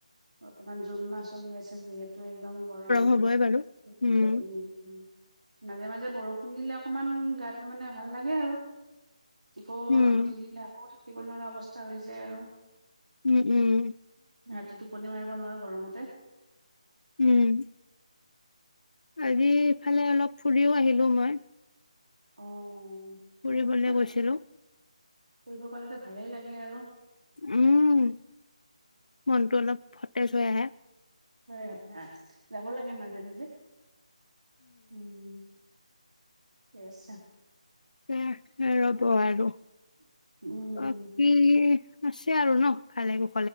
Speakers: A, on the right; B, on the left.
A: বৰ্তমান জুন মাহ চলি আছে যিহেতু টো একদম গৰম
B: হ'বই বাৰু
A: উ
B: উম
A: উ মাজে মাজে বৰষুণ শুনিলে অকমান গাটো মানে ভাল লাগে আৰু কি কউ
B: উম
A: ৰ'দ দি নিলে আ থাকিব নোৱাৰা অৱস্থা হৈ যায় আৰু
B: উম উম
A: কি তি টোপনি মাৰিব নোৱাৰো গৰমতে
B: উম আজি ইফালে অলপ ফুৰিও আহি হেল্ল' মই
A: অ অ
B: ফুৰিবলৈ
A: পঢ়িব পালে।
B: গৈছিলো
A: ফুৰি পালেতো ভালেই লাগে আৰু
B: উম মনটো অলপ ভ তাৰপিছত সেয়া।
A: হয় হয় আ যাব লাগে মাজে মাজে উম আছা
B: কে ৰব আৰু
A: উম
B: বাকী আছে আৰু ন ভালে কো